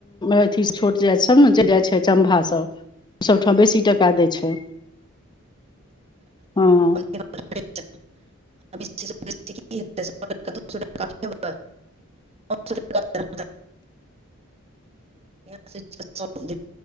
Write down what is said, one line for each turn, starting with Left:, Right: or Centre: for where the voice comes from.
Left: अथी छोट जाति सभ ने चलि जाइ छै, चम्भासभ। सभठाम बेसी टाका दै छै, हँ।
Right: <unintelligible> <unintelligible> <unintelligible>